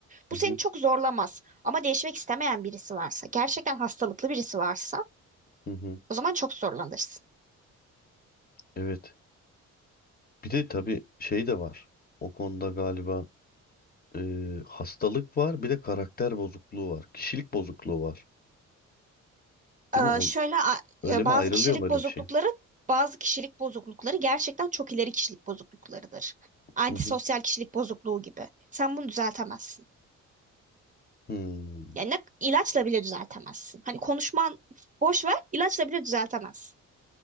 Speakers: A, on the left; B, on the right.
A: Hı
B: bu
A: hı,
B: seni çok zorlamaz. Ama değişmek istemeyen birisi varsa, gerçekten hastalıklı birisi varsa
A: hı hı.
B: o zaman çok zorlanırsın.
A: Evet. Bir de tabii şey de var. O konuda galiba e, hastalık var, bir de karakter bozukluğu var. Kişilik bozukluğu var. Değil
B: Ee,
A: mi? O,
B: şöyle a-
A: öyle
B: e,
A: mi
B: bazı
A: ayrılıyor
B: kişilik
A: mu öyle
B: bozuklukları
A: bir şey?
B: bazı kişilik bozuklukları gerçekten çok ileri kişilik bozukluklarıdır. Antisosyal
A: Hı hı.
B: kişilik bozukluğu gibi. Sen bunu düzeltemezsin.
A: Hmm.
B: Yani ne- ilaçla bile düzeltemezsin. Hani konuşman boş ver, ilaçla bile düzeltemezsin.